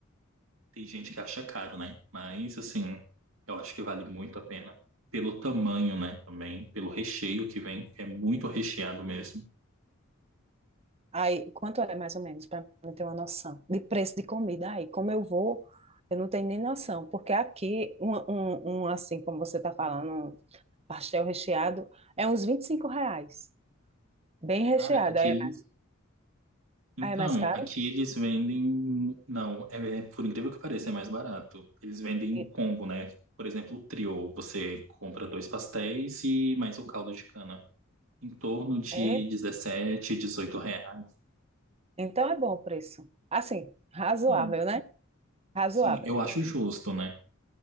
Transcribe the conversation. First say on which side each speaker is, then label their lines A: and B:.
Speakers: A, on the right; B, on the right.
A: Tem gente que acha caro, né? Mas, assim, eu acho que vale muito a pena. Pelo tamanho, né? Também, pelo recheio que vem, que é muito recheado mesmo.
B: Aí, quanto é mais ou menos, para eu ter uma noção de preço de comida aí? Como eu vou, eu não tenho nem noção, porque aqui, um, um, um, assim como você está falando, um pastel recheado, é uns 25 reais, bem recheado,
A: Cara, aquele.
B: aí é mais,
A: Então,
B: aí é mais caro?
A: aqui eles vendem. Não, é, por incrível que pareça, é mais barato. Eles vendem em
B: E-
A: combo, né? Por exemplo, o trio. Você compra dois pastéis e mais o caldo de cana. Em torno de
B: É,
A: 17, 18 reais.
B: então é bom o preço. Assim, razoável,
A: Sim,
B: né? Razoável.
A: sim, eu acho justo, né?